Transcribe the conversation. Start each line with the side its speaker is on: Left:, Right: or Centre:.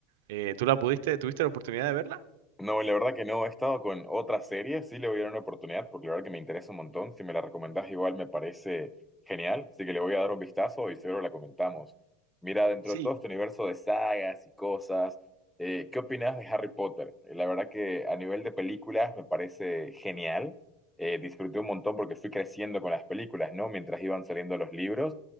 Right: Eh, ¿tú la pudiste, tuviste la oportunidad de verla?
Centre: No, la verdad que no, he estado con otra serie, sí le voy a dar una oportunidad porque la verdad que me interesa un montón, si me la recomendás igual me parece genial, así que le voy a dar un vistazo y seguro la comentamos. Mira, dentro
Right: Sí.
Centre: de todo este universo de sagas y cosas, eh, ¿qué opinás de Harry Potter? Eh, La verdad que a nivel de películas me parece genial, eh, disfruté un montón porque fui creciendo con las películas, ¿no? Mientras iban saliendo los libros,